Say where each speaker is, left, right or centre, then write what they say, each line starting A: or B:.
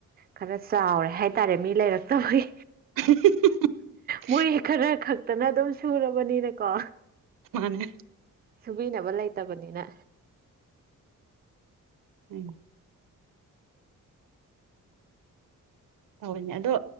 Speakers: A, on the right; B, on the right.
A: ꯈꯔ ꯆꯥꯎꯔꯦ ꯍꯥꯏꯇꯥꯔꯦ ꯃꯤ ꯂꯩꯔꯛꯇꯕꯒꯤ
B: <inaudible>
A: ꯃꯣꯏ ꯈꯔ ꯈꯛꯇꯅ ꯑꯗꯨꯝ ꯁꯨꯔꯕꯅꯤꯅꯀꯣ
B: ꯃꯥꯅꯦ
A: ꯁꯨꯕꯤꯅꯕ ꯂꯩꯇꯕꯅꯤꯅ
B: ꯎꯝ ꯇꯧꯅꯦ ꯑꯗꯣ